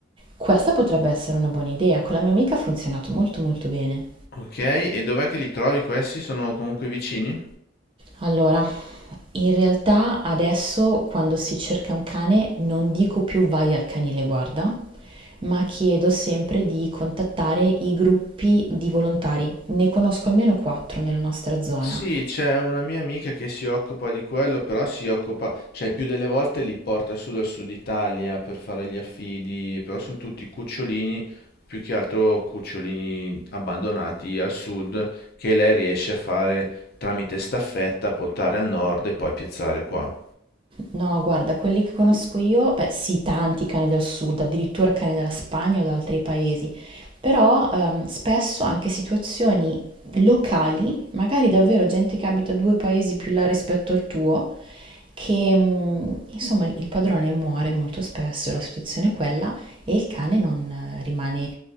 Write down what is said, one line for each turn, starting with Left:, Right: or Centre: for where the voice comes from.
Right: Questa potrebbe essere una buona idea, con la mia amica ha funzionato molto molto bene.
Left: ok, e dov'è che li trovi questi? Sono comunque vicini?
Right: Allora, in realtà adesso quando si cerca un cane non dico più vai al canile guarda, ma chiedo sempre di contattare i gruppi di volontari. Ne conosco almeno quattro nella nostra zona
Left: Sì, c'è una mia amica che si occupa di quello, però si occupa, cioè il più delle volte li porta su dal sud Italia per fare gli affidi, però sono tutti cucciolini, più che altro cucciolini abbandonati al sud, che lei riesce a fare tramite staffetta, portare al nord e poi piazzare qua.
Right: No, guarda, quelli che conosco io, beh, sì, tanti cani del sud, addirittura cani dalla Spagna o da altri paesi, però ehm, spesso anche situazioni locali, magari davvero gente che abita due paesi più là rispetto al tuo, che mm, insomma il padrone muore molto spesso, la situazione è quella, e il cane non eh, rimane